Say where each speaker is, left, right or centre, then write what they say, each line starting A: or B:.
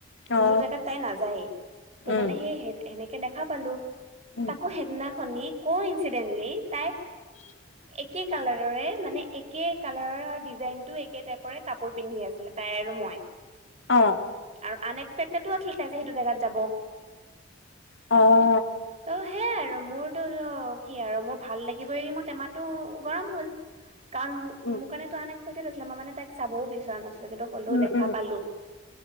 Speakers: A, on the right; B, on the left.
A: যোনটো
B: অ
A: জেগাত তাই নাযায়েই, ত
B: উম
A: মানে সেই সেনেকে দেখা পালো
B: উম
A: তাকো সেইদিনাখন নি ক-ইনঞ্চিডেন্টলি তাই
B: <inaudible>
A: একে কালাৰৰে মানে, একে কালাৰৰ ডিজাইনটো একে টাইপৰে কাপোৰ পিন্ধি আছিলে, তাই আৰু মই।
B: অ'
A: আৰু আন-এক্সপেক্টেডো আছিলে তাই যে, সেইটো জেগাত যাব।
B: অহ'
A: অ' সেয়াই আৰু মোৰটো নো কি আৰু মোৰ ভাল লাগিব এৰি, মোৰ টেমাটো গৰম হ'ল।
B: <inaudible>
A: কাৰণ মোৰ,
B: উম
A: মোৰ কাৰণে টো আন এক্সপেকটেড আছিলে, মই মানে তাইক চাবও বিচৰা না কিন্তু হ'লেও
B: উম
A: দেখা
B: উম
A: পালো।